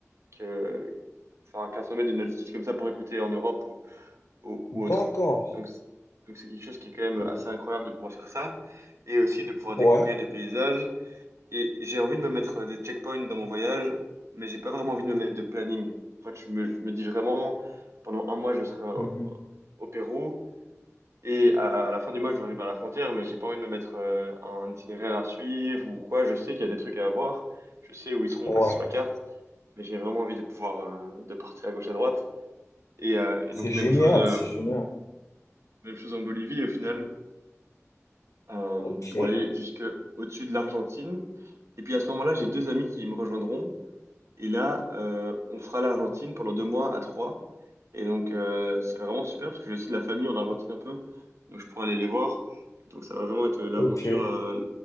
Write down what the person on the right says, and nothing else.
que, enfin, qu'un sommet d'une altitude comme ça pourrait coûter en Europe ou, ou, ou autre.
Donc, c- donc c'est quelque chose qui est quand même assez incroyable de pouvoir faire ça et aussi de pouvoir
découvrir des paysages. Et j'ai envie de me mettre des checkpoints dans mon voyage, mais j'ai pas vraiment envie de me mettre de planning. En fait, je me, je me dis vraiment, pendant un mois, je serai au,
au Pérou et à la fin du mois, je vais arriver à la frontière, mais j'ai pas envie de me mettre euh, un itinéraire à suivre ou quoi. Je sais qu'il y a des trucs à voir, je sais où ils seront
placés sur la carte mais j'ai vraiment envie de pouvoir euh, de partir à gauche à droite. Et, euh, et
donc même
chose euh,
même chose en Bolivie, au final, euh,
pour aller jusque au-dessus de l'Argentine. Et puis à ce moment-là, j'ai deux amis qui me rejoindront. Et là, euh, on fera l'Argentine pendant deux mois à trois. Et donc, euh, c'est vraiment super parce que j'ai aussi de la famille en Argentine un peu. Donc, je pourrais aller les voir. Donc, ça va vraiment être l'aventure,
euh,